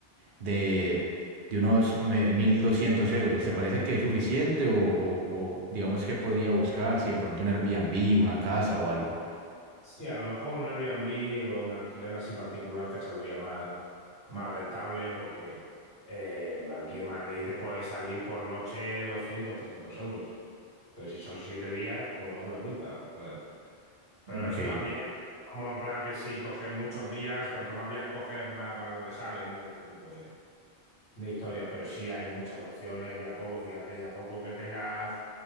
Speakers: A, on the right; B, on the left.
A: de,
B: Mm.
A: de unos eh, 1.200 euros. ¿Te parece que es suficiente o, o- o digamos que podría buscar si de pronto un Airbnb, una casa o algo?
B: Sí, a lo mejor un Airbnb o un alquiler así particular te saldría más. más rentable porque eh, aquí en Madrid te puede salir por noche doscientos trescientos euros. Entonces, si son siete días, pues haz la cuenta. ¿sabes? Pero eso
A: Ok.
B: también, como en plan que si coges muchos días, cuanto más días coges, más barato te sale, ¿no? Este tipo de, de historias. Pero sí hay muchas opciones y a poco, fíjate, y a poco que tengas